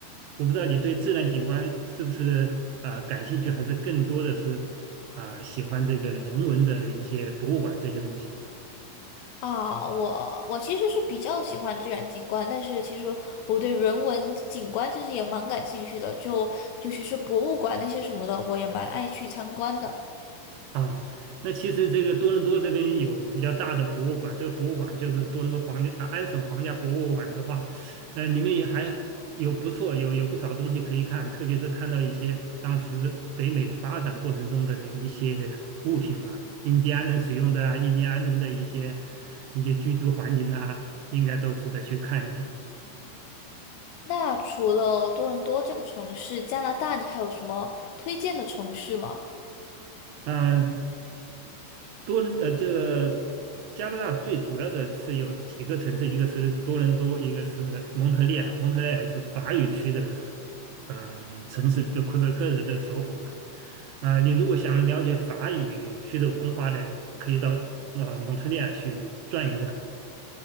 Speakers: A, on the right (about 85°); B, on the left (about 85°).
A: 我不知道你对自然景观是不是啊、感兴趣，还是更多的是啊、喜欢这个人文的一些博物馆这些东西。
B: 啊，我我其实是比较喜欢自然景观，但是其实我对人文景观其实也蛮感兴趣的，就尤其是博物馆那些什么的，我也蛮爱去参观的。
A: 啊，那其实这个多伦多这边有比较大的博物馆，这个博物馆就是多伦多皇家啊安省皇家博物馆的话，呃，里面也还有不错，有有不少东西可以看，特别是看到一些当时北美发展过程中的一些物品吧，印第安人使用的啊，印第安人的一些一些居住环境啊，应该都值得去看一下。
B: 那除了多伦多这个城市，加拿大你还有什么推荐的城市吗？
A: 嗯、多伦呃，这个加拿大最主要的是有几个城市，一个是多伦多，一个是蒙特利尔。蒙特利尔是法语区的呃城市，就魁北克的这个首府嘛。啊、你如果想了解法语区的文化呢，可以到呃蒙特利尔去转一转。